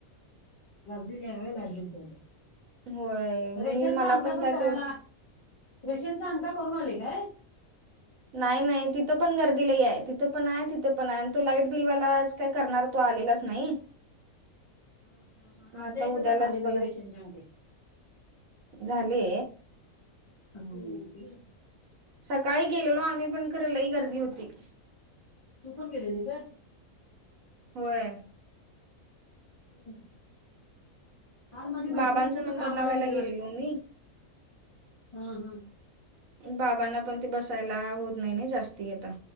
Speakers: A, on the left; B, on the right.
A: लझील यावे लाटल
B: होय
A: रेशनचा
B: मी मला
A: अंगटा पण
B: काय
A: करायला
B: तेवढं
A: रेशेंचा अंका करून आले काय?
B: नाही नाही तिथं पण गर्दी ल आहे तिथं पण आहे तिथं पण आहे आणि तो लाईट बिलवाला का करणार तो आलेलाच नाही.
A: हम्.
B: मग
A: आमच्या
B: आता
A: इथे
B: उद्यालाच
A: तर झाले का
B: बघा
A: रेशनच्याग
B: झाले.
A: अ ते
B: सकाळी गेलेलो आम्ही पण खराला ह गर्दी होती.
A: तू पण गेलेली सर.
B: होय.
A: हम्म. मर माझी मैत्रिण
B: बाबांचा
A: कुठे
B: नंबर
A: कामाला
B: लावायला
A: गेले वाटते
B: गेलेलो मी
A: हा हा.
B: बाबांना पण ते बसायला होत नाही ना जास्ती आता